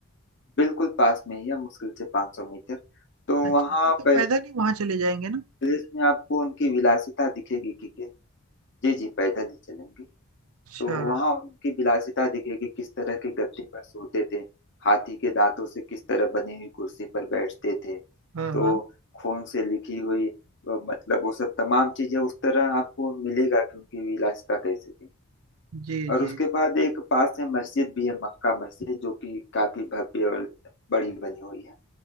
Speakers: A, on the left; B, on the right.
A: बिल्कुल पास में ही है मुश्किल से 500 मीटर तो
B: अच्छा
A: वहाँ
B: तब तो
A: पैलेस
B: पैदल ही वहां चले जाएंगे ना
A: में आपको उनकी विलासिता दिखेगी कि कि- जी जी पैदल ही चलेंगे
B: अच्छा
A: तो वहां उनकी विलासिता दिखेगी किस तरह के गद्दे पर सोते थे हाथी के दांतों से किस तरह बनी हुई कुर्सी पर बैठते थे
B: हाँ
A: तो
B: हाँ
A: खून से लिखी हुई अ, मतलब वो सब तमाम चीजें उस तरह आपको मिलेगा कि उनकी विलासिता कैसे थी
B: जी
A: और
B: जी
A: उसके बाद एक पास में मस्जिद भी है मक्का मस्जिद जो कि काफी भव्य और बड़ी बनी हुई है